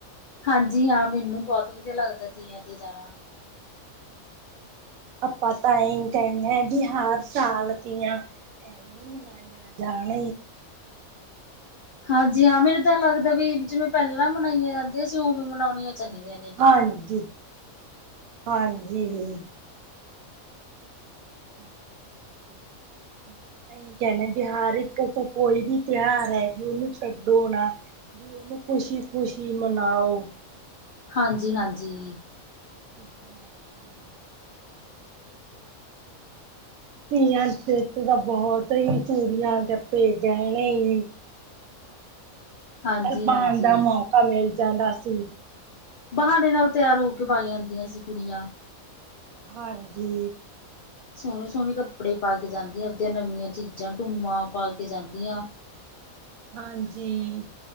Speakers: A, on the left; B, on the right.
A: ਹਾਂਜੀ ਹਾਂ ਮੈਨੂੰ ਬਹੁਤ ਵਧੀਆ ਲੱਗਦਾ ਤੀਆਂ ਤੇ ਜਾਣਾ।
B: ਆਪਾਂ ਤਾਂ ਹੀ ਕਹਿੰਦੇ ਹ ਵੀ ਹਰ ਸਾਲ ਦੀਆਂ। ਮਨਾਈਆਂ ਜਾਣ।
A: ਹਾਂਜੀ ਹਾਂ ਮੈਨੂੰ ਤਾਂ ਲੱਗਦਾ ਵੀ ਜਿਵੇਂ ਪਹਿਲਾਂ ਮਨਾਈਆਂ ਜਾਂਦੀਆਂ ਸੀ ਉਵੇਂ ਮਨਾਉਣੀਆਂ ਚਾਹੀਦੀਆਂ ਨੇ?
B: ਹਾਂਜੀ-ਹਾਂਜੀ। ਹਮ ਹਾਂਜੀ ਹ <unintelligible> <unintelligible> ਕਹਿੰਦੇ ਬਿਹਾਰ ਇੱਕ ਕੋਈ ਵੀ ਤਿਉਹਾਰ ਹੈ ਵੀ ਉਹਨੂੰ ਛੱਡੋਣਾ ਵੀ ਉਹਨੂੰ ਖੁਸ਼ੀ ਖੁਸ਼ੀ ਮਨਾਓ, ਜਿਸ।
A: ਹਾਂਜੀ -ਹਾਂਜੀ।
B: ਹਾਂਜੀ ਧੀਆਂ ਚ ਤਾਂ ਬੋਹਤ ਹੀ ਚੂੜੀਆ <unintelligible>
A: ਹਾਂਜੀ
B: ਕਲਪਾਨ
A: ਹਾਂਜੀ
B: ਦਾ ਮੌਕਾ ਮਿਲ ਜਾਂਦਾ ਸੀ।
A: ਬਹਾਨੇ ਨਾਲ ਤਿਆਰ ਹੋ ਕੇ ਵੱਗ ਜਾਂਦੀਆਂ ਸੀ ਕੁੜੀਆਂ।
B: ਹਾਂਜੀ
A: ਸੋਹਣੇ-ਸੋਹਣੇ ਕੱਪੜੇ ਪਾ ਕੇ ਜਾਂਦੀਆਂ ਆਪਦੀਆਂ ਨਵੀਆਂ ਚੀਜ਼ਾਂ ਟੂਮਾਂ ਪਾ ਕੇ ਜਾਂਦੀਆ।
B: ਹਾਂਜੀ,